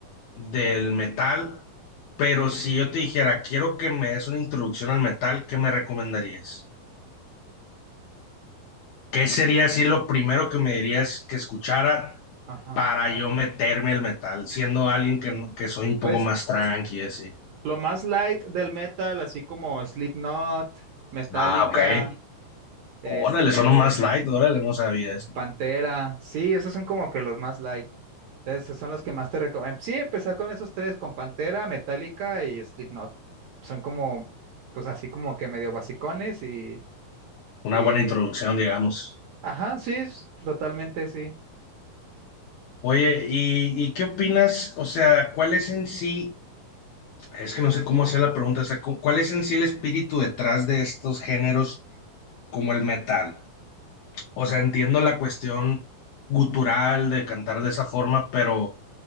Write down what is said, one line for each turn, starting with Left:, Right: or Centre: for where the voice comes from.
Left: del metal, pero si yo te dijera, quiero que me des una introducción al metal, ¿qué me recomendarías? ¿Qué sería así lo primero que me dirías que escuchara
Right: ajá.
Left: para yo meterme al metal, siendo alguien que, no- que soy un poco
Right: Pues
Left: más tranqui, así?
Right: lo más light del metal, así como Slipknot, Metallica,
Left: Ah, ok.
Right: este,
Left: Órale, son más light, órale, no sabía eso.
Right: Pantera, sí, esos son como que los más light. Entonces, esos son los que más te recomiendo. Sí, empezar con esos tres, con Pantera, Metallica y Slipknot. Son como, pues así como que medio basicones y,
Left: Una
Right: y...
Left: buena introducción, digamos.
Right: Ajá, sí, es- totalmente sí.
Left: Oye, ¿y, y qué opinas? O sea, ¿cuál es en sí, es que no sé cómo hacer la pregunta, o sea, cu- ¿cuál es en sí el espíritu detrás de estos géneros como el metal? O sea, entiendo la cuestión gutural de cantar de esa forma, pero...